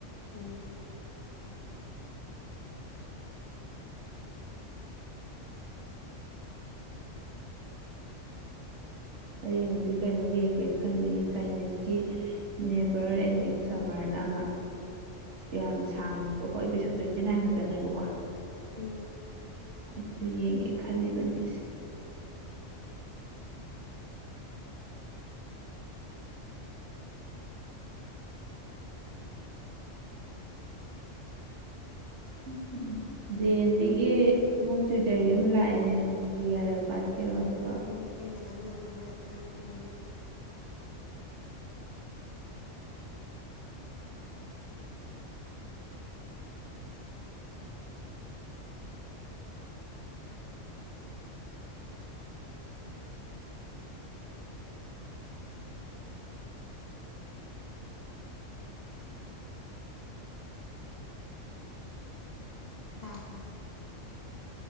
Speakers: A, on the left; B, on the right.
A: ꯎꯝ
B: ꯑꯩ ꯍꯧꯖꯤꯛ ꯀꯩꯅꯣ ꯌꯦꯡꯒꯦ ꯈꯜꯂꯤ ꯆꯥꯏꯅꯤꯁꯀꯤ ꯅꯦꯕꯔ ꯑꯦꯟꯗꯤꯡ ꯁꯝꯃꯔꯅ ꯑꯃ ꯌꯥꯝ ꯁꯥꯡꯗꯦꯕꯀꯣ ꯑꯦꯄꯤꯁꯣꯠ ꯇ꯭ꯋꯦꯟꯇꯤ ꯅꯥꯏꯟ ꯈꯛꯇꯅꯦꯕꯀꯣ
A: ꯎꯝ
B: ꯑꯗꯨꯒ ꯌꯦꯡꯒꯦ ꯈꯜꯂꯤꯕꯅꯤ ꯑꯩꯁꯦ ꯎꯝ ꯎꯝ ꯖꯦ ꯑꯦꯟ ꯕꯤꯒꯤ ꯍꯣꯝ ꯊꯨꯋꯇꯔꯒꯤ ꯑꯃ ꯂꯥꯛꯑꯦꯅꯦ ꯌꯥꯔ ꯄꯥꯠꯀꯦꯔꯣ ꯁꯤꯐꯥꯎ
A: ꯎꯝ ꯑꯩꯅ ꯑꯉꯥꯡ ꯑꯃꯗ ꯊꯥꯈꯤꯕꯅꯦ ꯈꯥꯕ